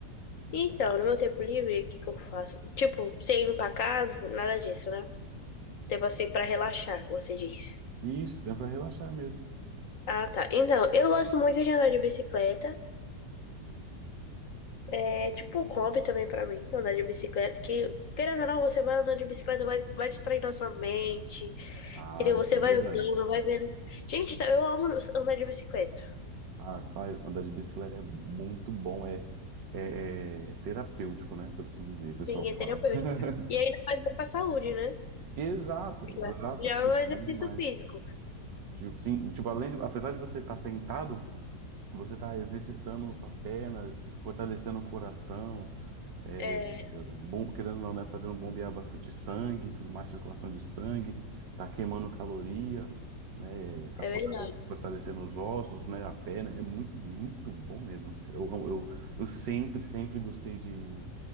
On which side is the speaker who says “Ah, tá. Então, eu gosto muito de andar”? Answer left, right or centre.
Left